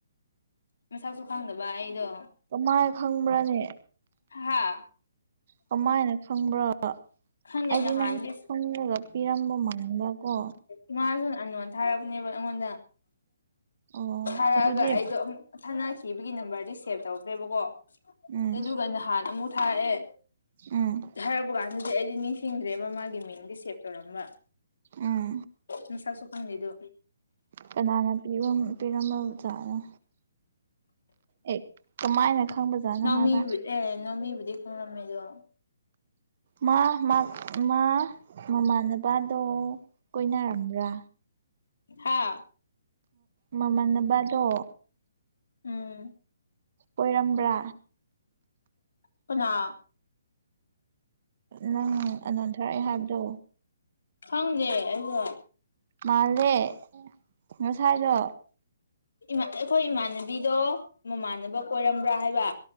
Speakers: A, on the left; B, on the right.
A: ꯃꯁꯥꯛꯁꯨ ꯈꯪꯗꯕ ꯑꯩꯗꯣ
B: ꯃꯥꯏꯅ ꯈꯪꯕ꯭ꯔꯥꯅꯦ
A: ꯍꯥꯥ
B: ꯀꯃꯥꯏꯅ ꯈꯪꯕ꯭ꯔꯥ
A: ꯈꯪꯗꯦ
B: ꯑꯩꯗꯤ
A: ꯅꯍꯥꯟꯗꯤ
B: ꯅꯪ ꯈꯪꯉꯒ ꯄꯤꯔꯝꯕ ꯃꯥꯟꯕ ꯀꯣ
A: ꯏꯃꯥꯁꯨ ꯑꯅꯣꯟ ꯊꯥꯔꯛꯄꯅꯦꯕ ꯑꯩꯉꯣꯟꯗ
B: ꯑꯣ
A: ꯊꯥꯔꯛꯑꯒ
B: ꯑꯗꯨꯗꯤ
A: ꯑꯩꯗꯣ ꯑꯃꯛ ꯊꯥꯅꯈꯤꯕꯒꯤ ꯅꯝꯕꯔꯗꯤ ꯁꯦꯚ ꯇꯧꯗ꯭ꯔꯦꯕꯀꯣ ꯑꯗꯨꯗꯨꯒ
B: ꯎꯝ
A: ꯅꯍꯥꯟ ꯑꯃꯨꯛ ꯊꯥꯔꯛꯑꯦ
B: ꯎꯝ
A: ꯍꯥꯏꯔꯛꯄ ꯀꯥꯟꯗꯗꯤ ꯑꯩꯗꯤ ꯅꯤꯡꯁꯤꯡꯗ꯭ꯔꯦ ꯃꯃꯥꯒꯤ ꯃꯤꯡꯗꯤ ꯁꯦꯞ ꯇꯧꯔꯝꯕ
B: ꯎꯝ
A: ꯃꯁꯥꯛꯁꯨ ꯐꯪꯅꯤꯗꯨ
B: ꯀꯅꯥꯅ ꯄꯤ ꯄꯤꯔꯝꯕꯖꯥꯅꯣ ꯑꯦ ꯀꯃꯥꯏꯅ ꯈꯪꯕꯖꯥꯠꯅꯣ
A: ꯅꯥꯎꯃꯤ
B: ꯍꯥꯏꯕ
A: ꯑꯦ ꯅꯃꯤꯕꯨꯗꯤ ꯈꯪꯂꯝꯝꯃꯦꯗꯣ
B: ꯃꯥ ꯃꯥ ꯃꯃꯥꯟꯅꯕꯗꯣ ꯀꯣꯏꯅꯔꯝꯕ꯭ꯔꯥ
A: ꯍꯥꯥ
B: ꯃꯃ ꯅꯕꯂꯣ
A: ꯎꯝ
B: ꯑꯣꯏꯔꯝꯕ꯭ꯔꯥ
A: ꯄꯨ ꯍꯥ
B: ꯅꯪ ꯑꯗꯨꯅꯣꯟꯊꯔꯛꯑ ꯍꯥꯏꯕꯗꯣ
A: ꯈꯪꯅꯦꯦ ꯑꯩꯁꯨ
B: ꯃꯥꯂꯦ ꯃꯁꯥꯏꯗꯣ
A: ꯑꯩꯈꯣꯏ ꯏꯃꯥꯟꯅꯕꯤꯗꯣ ꯃꯃꯥꯟꯅꯕ ꯀꯣꯏꯔꯝꯕ꯭ꯔꯥ ꯍꯥꯏꯕ